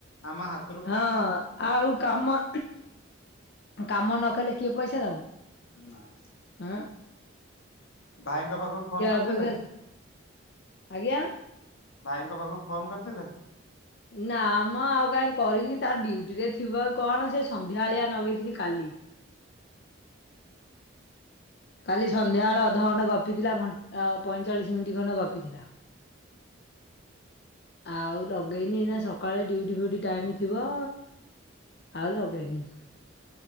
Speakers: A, on the left; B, on the left.
A: ଆମ ହାତ୍
B: ହଁ ଆଉ କାମ, କାମ ନକଲେ କିଏ ପଇସା ଦବ।
A: ନାଁ।
B: ଆ
A: ଭାଇଙ୍କ ପାଖକୁ ଫୋନ୍ କର୍ଥିଲେ?
B: ଅପେକ୍ଷା ଆଜ୍ଞା?
A: ଭାଇଙ୍କ ପାଖକୁ ଫୋନ୍ କର୍ଥିଲେ?
B: ନାଁ ଆମ ଆଉ କାଇଁ କରିନି ତା ଡ୍ୟୁଟି ରେ ଥିବ ଇ କଣ ସେ ସନ୍ଧ୍ୟାଆଳିଆ ନଗେଇଥିଲି କାଲି। କାଲି ସନ୍ଧ୍ୟାବେଳେ ଅଧଘଣ୍ଟେ ଗପି ଥିଲା, ଘନ୍ ପଇଁଚାଳିଶ୍ ମିନିଟ୍ ଖଣ୍ଡେ ଗପି ଥିଲା। ଆଉ ଲଗେଇନି ଏଇନେ ସକାଳେ ଡିଉଟି ଫ୍ୟୁଟି ଟାଇମ୍ ଥିବ ଆଉ ଲଗେଇନି।